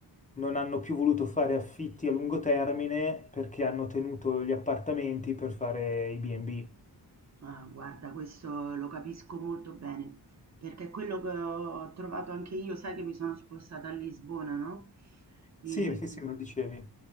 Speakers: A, on the left (about 20°); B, on the right (about 40°).
A: non hanno più voluto fare affitti a lungo termine perché hanno tenuto gli appartamenti per fare i B&B.
B: Ah, guarda, questo lo capisco molto bene, perché è quello che ho trovato anche io, sai che mi sono spostata a Lisbona, no? E,
A: Sì, sì, sì, me lo dicevi.